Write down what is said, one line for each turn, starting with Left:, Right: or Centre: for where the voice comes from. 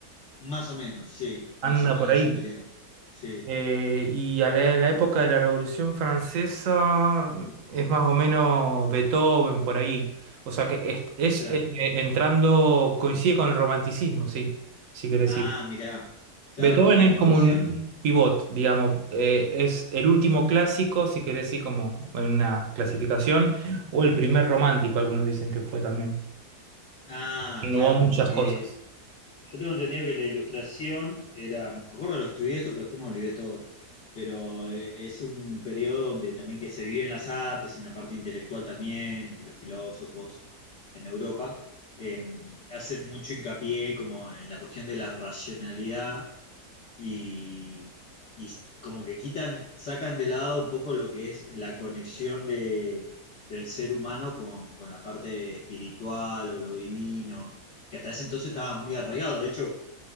Left: más o menos, sí,
Right: Anda
Left: más o menos
Right: por ahí.
Left: ese periodo. Sí,
Right: Eh, y a la, en la época de la Revolución Francesa mm, es más o menos Beethoven por ahí. O sea que es,
Left: claro.
Right: es, eh, entrando, coincide con el romanticismo, sí, si querés
Left: Ah,
Right: decir.
Left: mirá. Claro,
Right: Beethoven
Left: porque la
Right: es
Left: ilustración.
Right: como un pivot, digamos, eh, es el último clásico, si querés decir, como en una clasificación, o el primer romántico, algunos dicen que fue también.
Left: Ah,
Right: Innovó
Left: claro,
Right: muchas
Left: porque
Right: cosas.
Left: Yo tengo entendido que la ilustración era, me acuerdo lo estudié esto, pero después me olvidé todo. Pero eh, es un periodo donde también que se vive en las artes y en la parte intelectual también, y los filósofos en Europa eh, hacen mucho hincapié como en la cuestión de la racionalidad y, y como que quitan, sacan de lado un poco lo que es la conexión de, del ser humano con, con la parte espiritual o lo divino, que hasta ese entonces estaba muy arraigado. De hecho,